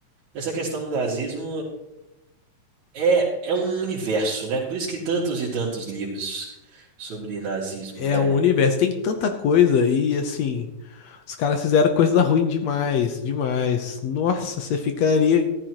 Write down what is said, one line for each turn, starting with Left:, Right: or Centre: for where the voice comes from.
Right: essa questão do nazismo é, é um universo, né? Por isso que tantos e tantos livros sobre nazismo,
Left: É
Right: velho.
Left: um universo, tem tanta coisa e assim, os caras fizeram coisa ruim demais, demais. Nossa, você ficaria